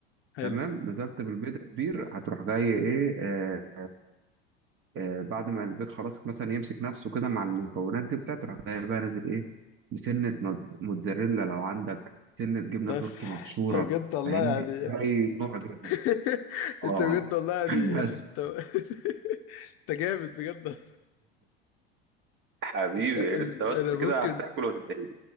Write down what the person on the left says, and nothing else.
حلو
بس
<laughs> انت بجد والله
يعني
<laughs> انت
بجد والله يعني
انت <laughs> انت جامد بجد
ال-
انا ممكن